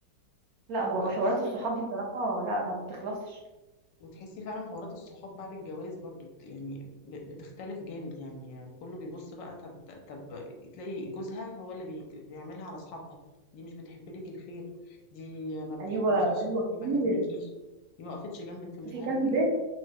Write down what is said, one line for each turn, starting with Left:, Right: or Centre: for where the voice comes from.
Right: لا
Left: هو
Right: هو حوارات
Left: بصي
Right: الصحاب دي صراحة لا لا ما بتخلصش
Left: وتحسي فعلا حوارات الصحاب بعد الجواز برضو بت- يعني ب- بتختلف جامد يعني كله بيبص بقى طب طب تلاقي جوزها هو اللي بي- بيعملها على اصحابها دي مش بتحب لك الخير دي ما بتحبكيش
Right: ايوه ايوه
Left: دي ما
Right: كتير
Left: كاتلكيش دي ما وقفتش جنبك في مش
Right: في
Left: عارف
Right: كام
Left: ايه
Right: بنت